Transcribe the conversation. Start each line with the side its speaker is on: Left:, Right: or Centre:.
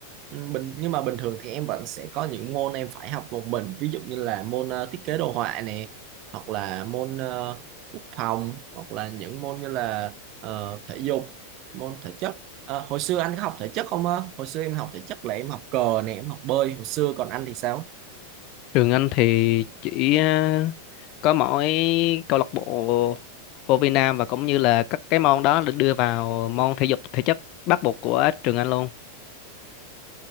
Right: Ừm, bình nhưng mà bình thường thì em vẫn sẽ có những môn em phải học một mình ví dụ như là môn ờ, thiết kế đồ họa này hoặc là môn ờ, quốc phòng hoặc là những môn như là ờ, thể dục môn thể chất Ờ, hồi xưa anh có học thể chất không á hồi xưa em học thể chất là em học cờ nè em học bơi hồi xưa còn anh thì sao
Left: trường anh thì chỉ ờ, có mỗi câu lạc bộ vô vi nam và cũng như là các cái môn đó được đưa vào môn thể dục thể chất bắt buộc của trường anh luôn